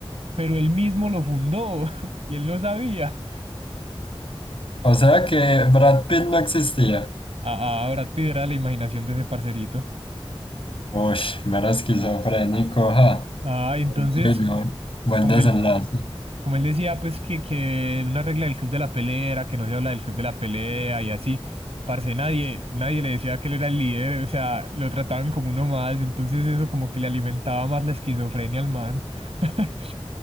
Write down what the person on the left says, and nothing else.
O sea que Brad Pitt no existía.
Uy, mero esquizofrénico, ja.
Ay, no, Buen
desenlace.